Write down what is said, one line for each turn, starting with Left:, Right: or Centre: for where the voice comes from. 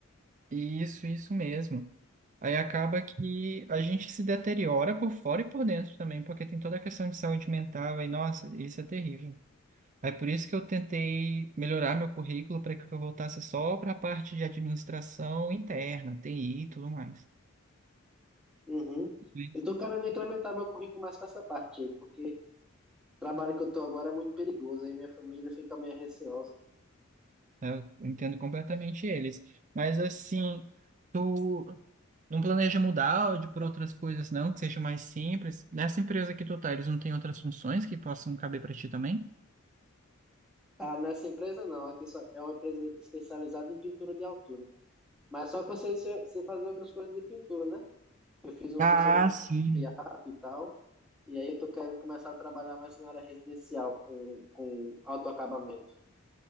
Right: Isso, isso mesmo. Aí acaba que a gente se deteriora por fora e por dentro também, porque tem toda a questão de saúde mental, e nossa, isso é terrível. É por isso que eu tentei melhorar meu currículo para que eu voltasse só para a parte de administração interna, TI e tudo mais.
Centre: Uhum.
Right: Mas,
Centre: Eu tô querendo incrementar meu currículo mais para essa parte aí, porque trabalho que eu tô agora é muito perigoso, aí minha família fica meio receosa.
Right: é, Eu entendo completamente eles. Mas assim, tu não planeja mudar de por outras coisas, não, que seja mais simples? Nessa empresa que tu tá, eles não têm outras funções que possam caber para ti também?
Centre: Ah, nessa empresa não, aqui só é uma empresa especializada em pintura de altura. Mas só que eu sei, sei sei fazer outras coisas de pintura, né? Eu fiz um
Right: Ah,
Centre: curso agora
Right: sim.
Centre: de teatro e tal, e aí eu tô querendo começar a trabalhar mais na área residencial com, com autoacabamento.